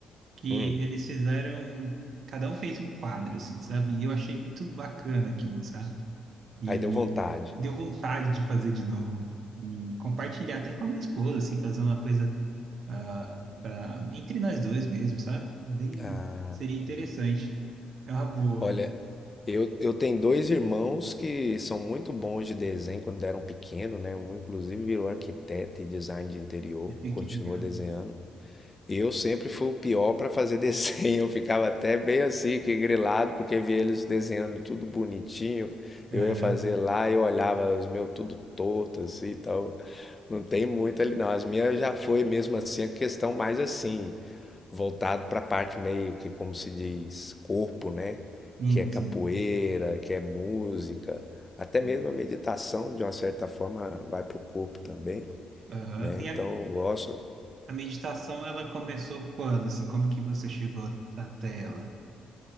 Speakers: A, on the right; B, on the left.
A: que
B: Hum,
A: eles fizeram, cada um fez um quadro, assim, sabe? E eu achei muito bacana aquilo, sabe? E
B: aí deu vontade.
A: deu vontade de fazer de novo e compartilhar até com a minha esposa, assim, fazer uma coisa ah, para entre nós dois mesmo, sabe? É Bem,
B: Ah,
A: seria interessante. É uma boa.
B: olha, eu, eu tenho dois irmãos que são muito bons de desenho quando eram pequenos, né? Um, inclusive, virou arquiteto e design de interior,
A: <laughs>
B: continua
A: Que legal.
B: desenhando. Eu sempre fui o pior para fazer <laughs> desenho. Eu ficava até bem assim, que grilado, porque via eles desenhando tudo bonitinho. Eu
A: Aham.
B: ia fazer lá eu olhava os meus tudo torto assim, então não tem muito ali não. As minhas já foi mesmo assim a questão mais assim, voltado para a parte meio que como se diz, corpo, né?
A: Sim,
B: Que é capoeira,
A: sim.
B: que é música, até
A: Eu-
B: mesmo a meditação de uma certa forma vai pro corpo também,
A: aham.
B: né?
A: E
B: Então
A: a,
B: eu gosto
A: a meditação, ela começou quando, assim, como que você chegou até ela?